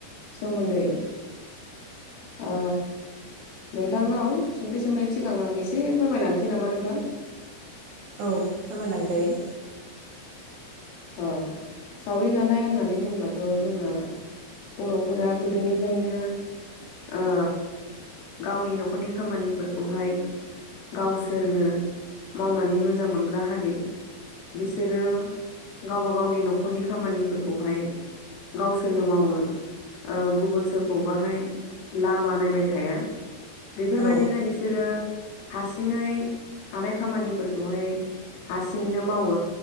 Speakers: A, on the left; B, on the right.
A: सोमोन्दै ओ नोंथांनाव सोंथि सोंनायनि सिगां आं एस से फोरमायलांनोसै नामा नोंथां?
B: औ फोरमाय लांजायो।
A: ओ सावरि जानाय होननानै बुंब्लाथ' जोंना बर'फोरा गोदोनिफ्रायनो ओ गावनि न'खरनि खामानिफोरखौहाय गावसोरनो मावनानै मोजां मोनग्रा हारि बिसोरो गावबा गावनि न'खरनि खामानिफोरखौहाय गावसोरनो मावो। ओ गुबुन सोरखौबाहाय लामा नायबाय थाया। बेफोरबायदिनो
B: औ
A: बि सोरो हारसिङै हानाय खामानिफोरखौहाय हारसिङैनो मावो